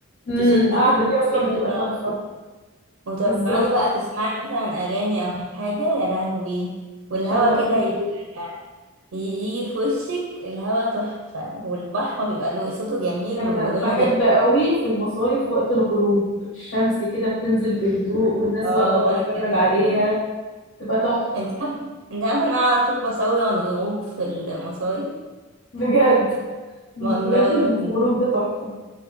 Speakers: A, on the left (about 75°); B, on the right (about 70°).
A: امم
B: تشدي
A: القعده
B: كروب
A: دي اصلا
B: كده
A: بتبقى
B: وتقعدي
A: تحفه
B: وتقعدي
A: بالظبط
B: بقى تسمعي مثلا اغاني او حاجة يا لهوي والهوا
A: شوقتني
B: كده يبقى
A: أوي.
B: ي- يجي في وشك الهوا تحفة والبحر بيبقى له صوته جميل
A: انا
B: ولونه
A: بحب
B: جميل
A: قوي في المصايف وقت الغروب الشمس كده بتنزل بهدوء والناس
B: اه
A: واقفة بتتفرج
B: وانا كمان
A: عليها
B: بقى.
A: تبقى تحفة
B: انت عارف انت عارف انا على طول بصور الغروب في المصايف
A: بجد بجد
B: والله
A: الغروب ده تحفة